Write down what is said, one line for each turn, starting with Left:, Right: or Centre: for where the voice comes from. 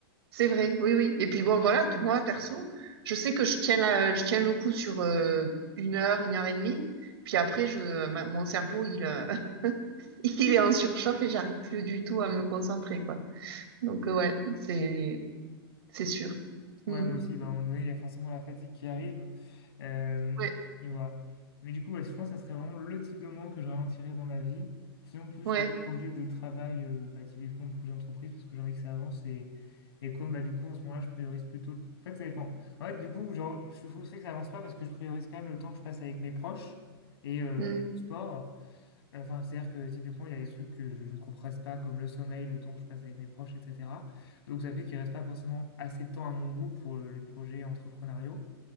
Right: C'est vrai, oui, oui. Et puis bon, voilà, t- moi, perso, je sais que je tiens la, je tiens le coup sur euh, une heure, une heure et demie. Puis après, je, ma- mon cerveau, il, euh, <laughs> il est en surchauffe et j'arrive plus du tout à me concentrer, quoi. Donc, euh, ouais, c'est... C'est sûr.
Left: Ouais,
Right: Mm.
Left: moi aussi, bah, à un moment donné, il y a forcément la fatigue qui arrive. Euh,
Right: Ouais,
Left: mais voilà. Mais du coup, ouais, je pense que ça serait vraiment le type de moment que je ralentirais dans ma vie. Sinon, plus
Right: ouais,
Left: les projets de travail, euh, bah, typiquement projet d'entreprise, parce que j'ai envie que ça avance. Et, et comme bah, du coup, en ce moment-là, je priorise plutôt. le- En fait, ça dépend. En fait, du coup, genre, je suis frustré que ça avance pas parce que je priorise quand même le temps que je passe avec mes proches et, euh,
Right: mm,
Left: et le sport. Enfin, c'est-à-dire que typiquement, il y a des trucs que je ne compresse pas, comme le sommeil, le temps que je passe avec mes proches, etc. Donc, ça fait qu'il reste pas forcément assez de temps à mon goût pour le- les projets entrepreneuriaux.